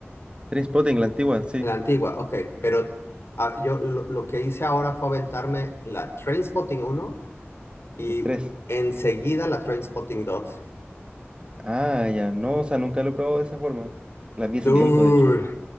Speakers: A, on the right (about 25°); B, on the left (about 65°).
A: Spotting la antigua, sí,
B: la antigua, ok, pero ah, yo lo, lo que hice ahora fue aventarme la Trainspotting uno y
A: el tres.
B: enseguida la Trainspotting dos.
A: Ah, ya, no, o sea, nunca lo he probado de esa forma, las
B: Dude,
A: vi hace tiempo, de hecho,